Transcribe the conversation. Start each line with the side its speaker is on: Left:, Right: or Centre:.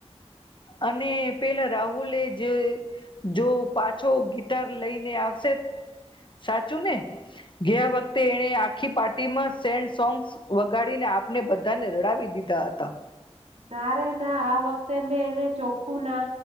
Left: અને પેલા રાહુલે જ જો પાછો ગિટાર લઈને આવશે સાચું ને ગયા વખતે એણે આખી પાર્ટી માં સેડ સોંગ્સ વગાડીને આપને બધાને રડાવી દીધા હતા.
Right: ના રે ના આ વખતે મેં એને ચોખ્ખું ના